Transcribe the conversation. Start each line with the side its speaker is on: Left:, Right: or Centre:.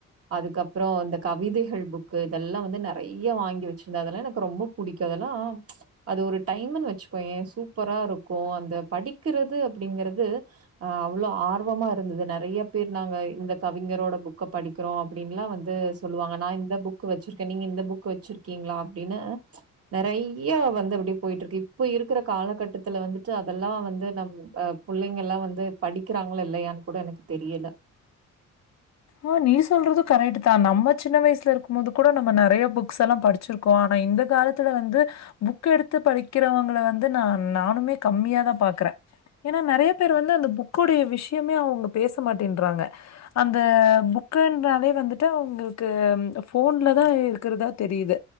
Right: அதுக்கப்புற இந்த கவிதைகள் புக்கு இதெல்லா வந்து நெறைய வாங்கி வச்சிருந்த அதெல்லா எனக்கு ரொம்ப புடிக்கு அதெல்லா ச் அது ஒரு டைம்ன்னு வச்சுக்கோயே சூப்பரா இருக்கு அந்த படிக்கிறது அப்படிங்கறது ஆ அவ்ளோ ஆர்வமா இருந்தது நெறைய பேர் நாங்க இந்த கவிஞரோட புக்க படிக்கிறோ அப்டின்லா வந்து சொல்லுவாங்க நா இந்த புக்கு வச்சிருக்கே நீங்க இந்த புக்கு வச்சிருக்கீங்களா அப்டின்னு ச் நெறைய வந்து அப்டி போயிட்டு இருக்கு இப்ப இருக்குற காலகட்டத்துல வந்துட்டு அதெல்லா வந்து நம் அ புள்ளைங்க எல்லா வந்து படிக்கிறாங்களா இல்லையான்னு கூட எனக்கு தெரியல
Left: ஓ நீ சொல்றது கரெட்டுதா நம்ம சின்ன வயசுல இருக்கும் போது கூட நம்ம நெறைய புக்ஸ் எல்லாம் படிச்சிருக்கோ ஆனா இந்த காலத்துல வந்து புக்க எடுத்து படிக்கிறவங்கள வந்து நா நானுமே கம்மியா தா பாக்குறே ஏன்னா நெறைய பேர் வந்து அந்த புக்கோடைய விஷயமே அவுங்க பேச மாட்டேன்றாங்க அந் த புக்குன்றாலே வந்துட்டு அவுங்களுக்கு போன்ல தா இருக்கிறதா தெரியுது